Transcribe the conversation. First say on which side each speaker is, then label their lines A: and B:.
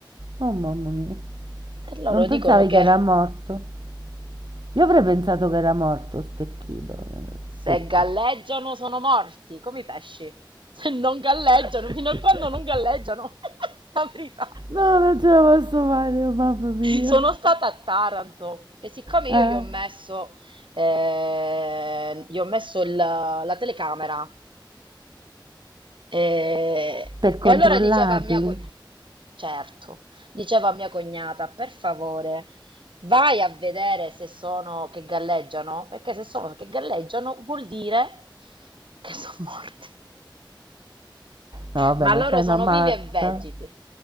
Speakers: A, on the right (about 60°); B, on the right (about 80°).
A: oh mamma mia,
B: E loro
A: non pensavi
B: dicono che
A: che era morto? Io avrei pensato che era morto, stecchito, secco.
B: se galleggiano sono morti, come i pesci. Se non galleggiano,
A: <laughs>
B: fino a quando non galleggiano, <laughs> la verità.
A: No, non ce la posso fare, oh, mamma mia.
B: Sono stata a Taranto e siccome
A: Eh?
B: io gli ho messo, eh, gli ho messo il- la telecamera E,
A: Per controllarli.
B: e allora diceva a mia co- certo, diceva a mia cognata, per favore, vai a vedere se sono che galleggiano, perché se sono che galleggiano vuol dire che sono morti.
A: No, vabbè,
B: Ma
A: ma
B: loro
A: sei
B: sono
A: una matta.
B: vivi e vegeti,